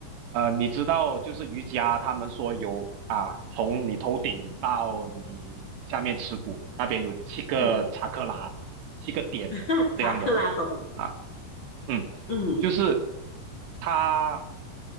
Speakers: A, on the right (about 75°); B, on the left (about 40°).
A: 呃，你知道，就是瑜伽他们说有啊，从你头顶到你下面耻骨那边有七个查克拉，
B: 嗯，
A: 七个点这样的
B: <laughs> 查克拉懂。
A: 啊，嗯，
B: 嗯，
A: 就是它。